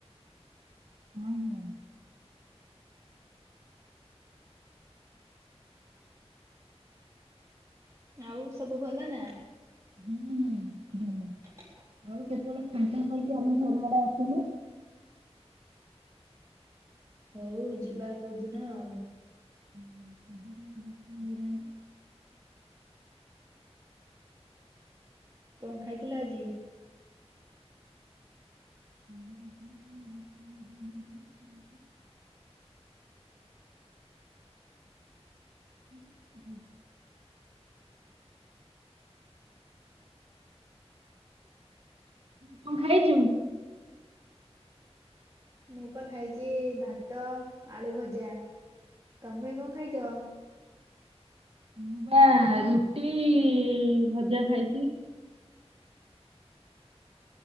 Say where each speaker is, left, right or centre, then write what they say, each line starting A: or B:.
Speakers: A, on the right (about 60°); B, on the right (about 30°).
A: ହଁ।
B: ଆଉ ସବୁ ଭଲ ନା?
A: ହୁଁ ହୁଁ ହୁଁ।
B: ହ!
A: ଆଉ କେତେବେଳେ ଫାଙ୍କା ପାଇକି ଆମ ଘର ଆଡେ ଆସୁନୁ।
B: ହଉ ଯିବା କଉ ଦିନ ଆଉ।
A: ହୁଁ କେବେ ଠାରୁ ଦେଖା ହେଲାନି।
B: କଣ ଖାଇଥିଲ ଆଜି?
A: ମୁଁ ଖାଇଥିଲି ରୁଟି, ଭଜା, ମଟର <inaudible> ତୁ କଣ ଖାଇଥିଲୁ? ତୁ କଣ ଖାଇଛୁ?
B: ମୁଁ ପା ଖାଇଛି ଭାତ, ଆଳୁ ଭଜା। ତମେ କଣ ଖାଇଛ?
A: ମୁଁ ବା ରୁଟି, ଭଜା ଖାଇଛି।